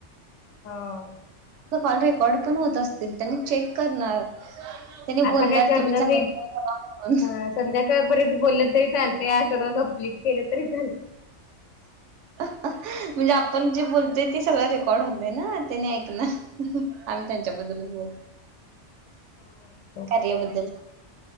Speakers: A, on the left (about 80°); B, on the right (about 75°).
A: हो
B: कॉल रेकॉर्ड पण होत असतील त्यांनी चेक करणार त्यांनी
A: आता
B: बोलल्यात
A: काय करणार
B: तुम्ही चांग
A: नाहीत.
B: म्हणून
A: अ संध्याकाळपर्यंत बोललं तरी चालत सगळं कंप्लीट केलं तरी चालत <unintelligible>
B: म्हणजे आपण जे बोलतोय ते सगळं रेकॉर्ड होते ना त्यानी ऐकण आम्ही त्यांच्याबद्दलच बोल
A: हा
B: कार बद्दल